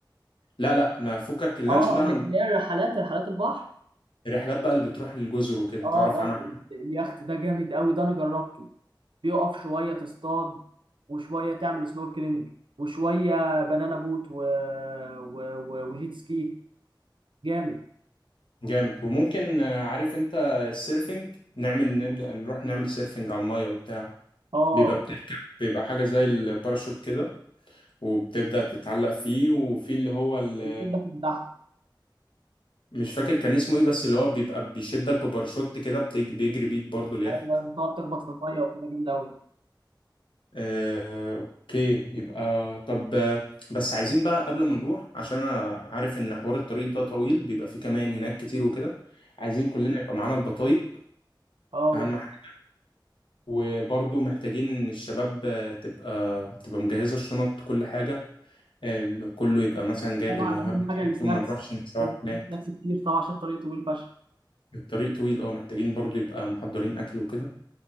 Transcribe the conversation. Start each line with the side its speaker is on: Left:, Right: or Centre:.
Left: لا لا ما فكك اللانش
Right: اه
Left: ده
Right: اللي
Left: هنروح
Right: اللي هي الرحلات رحلات البحر
Left: الرحلات بقى اللي بتروح للجزر وكده
Right: اه
Left: تعرف
Right: اه
Left: عنها حاجة؟
Right: اليخت ده جامد قوي ده انا جربته بيقف شويه تصطاد وشويه تعمل سنوركلينج وشويه بنانا بوت و... و... و... وجيت سكي جامد
Left: جامد وممكن آه، عارف انت السيرفنج نعمل نبدأ نروح نعمل سيرفنج على المية وبتاع
Right: اه
Left: بيبقى بتركب بيبقى حاجة زي الباراشوت كده وبتبدأ تتعلق فيه وفي اللي هو اللي
Right: الجيت ده في البحر
Left: مش فاكر كان اسمه ايه بس اللي هو بيبقى بيشدك بباراشوت كده بتج- بيجري بيك برضو اليخت
Right: ايوه تقعد تخبط في الميه وكده جامد قوي
Left: آه، اوكي يبقى طب آه، بس عايزين بقى قبل ما نروح عشان انا عارف ان حوار الطريق ده طويل بيبقى فيه كمان هناك كتير وكده عايزين كلنا يبقى معانا البطايق
Right: اه
Left: اهم حاجة وبرضو محتاجين الشباب آه، تبقى تبقى مجهزة الشنط كل حاجة آه، كله يبقى مثلا جايب
Right: طبعا
Left: المايوهات
Right: اهم
Left: بتاعته
Right: حاجه السناكس
Left: وما نروحش نتسوح
Right: لازم
Left: هناك
Right: تجيب سناكس كتير طبعا عشان الطريق طويل فشخ
Left: الطريق طويل اه محتاجين برضو يبقى محضرين اكل وكده